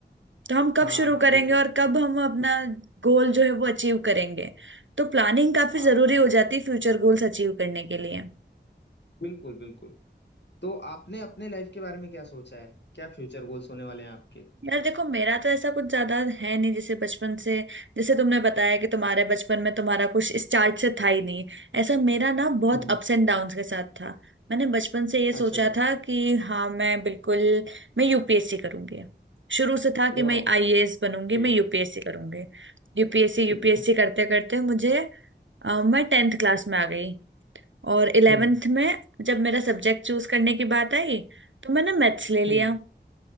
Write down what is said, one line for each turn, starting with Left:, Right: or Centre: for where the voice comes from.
Right: तो हम कब
Left: हाँ
Right: शुरू
Left: हाँ
Right: करेंगे
Left: बिल्कुल
Right: और कब हम अपना गोल जो है वो अचीव करेंगे तो प्लानिंग काफी
Left: हाँ
Right: जरूरी हो जाती है फ्यूचर गोल्स अचीव करने के लिए
Left: बिल्कुल बिल्कुल तो आपने अपने लाइफ के बारे में क्या सोचा है क्या फ्यूचर गोल्स होने वाले हैं आपके
Right: यार देखो मेरा तो ऐसा कुछ ज्यादा है नहीं जैसे बचपन से जैसे तुमने बताया कि तुम्हारे बचपन में तुम्हारा कुछ स्टार्ट से था ही नहीं ऐसा मेरा ना बहुत
Left: हम्म,
Right: अप्स एंड डाउन्स के साथ था मैंने बचपन से ये सोचा
Left: अच्छा अच्छा
Right: था कि हाँ मैं बिल्कुल मैं यूपीएससी करूंगी शुरू से था कि
Left: Wow
Right: मैं आईएएस बनूंगी
Left: great
Right: मैं यूपीएससी करूंगी यूपीएससी
Left: ठीक
Right: यूपीएससी
Left: है
Right: करते करते मुझे अ, मैं टेंथ क्लास में आ गई और इलेवेंथ
Left: हम्म
Right: में जब मेरा सब्जेक्ट चूज करने की बात आई तो मैंने मैथ्स ले लिया
Left: हम्म